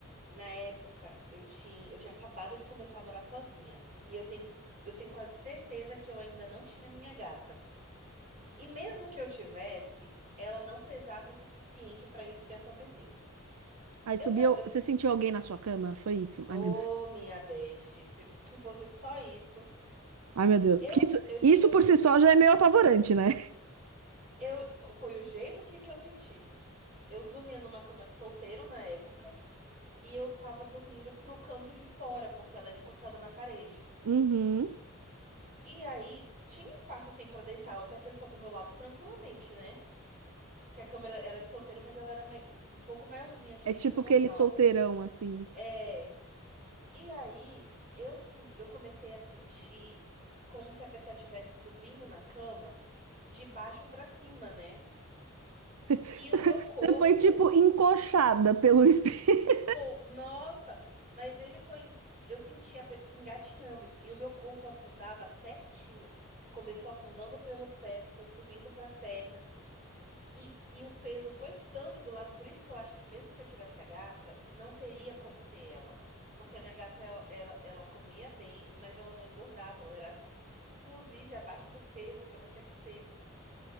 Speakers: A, on the right; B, on the right.
A: na época eu tinha, eu tinha acabado de começar a morar sozinha. E eu tenho, eu tenho quase certeza que eu ainda não tinha minha gata. E mesmo que eu tivesse, ela não pesava o suficiente pra isso ter acontecido.
B: Aí
A: Eu
B: subiu,
A: tava, eu
B: você sentiu alguém na sua cama? Foi isso?
A: Ô,
B: Ai, meu Deus.
A: minha beste, se, se fosse só isso,
B: Ai, meu Deus.
A: eu
B: Porque isso,
A: eu tinha
B: isso por si só já é meio apavorante, né?
A: eu fo- foi o jeito que, que eu senti. Eu dormia numa cama de solteiro na época e eu tava dormindo pro canto de fora porque ela era encostada na parede.
B: Uhum.
A: E aí tinha espaço assim pra deitar outra pessoa do meu lado tranquilamente, né? Que a cama era era de solteiro, mas ela era mei- um pouco maiorzinha que
B: É tipo
A: que o normal.
B: aquele solteirão, assim.
A: É. E aí, eu sim, eu comecei a sentir como se a pessoa estivesse subindo na cama de baixo pra cima, né?
B: <laughs>
A: E
B: Você
A: o meu corpo,
B: foi, tipo, encoxada pelo espelho.
A: pô, nossa, mas ele foi, en- eu sentia pe- engatinhando e o meu corpo afundava certinho. Começou afundando pelo pé, foi subindo pra perna. E, e o peso foi tanto do lado, por isso que eu acho que mesmo que eu tivesse a gata, não teria como ser ela. Porque a minha gata, ela, ela, ela comia bem, mas ela não engordava, ela era, inclusive, abaixo do peso que ela tinha que ser.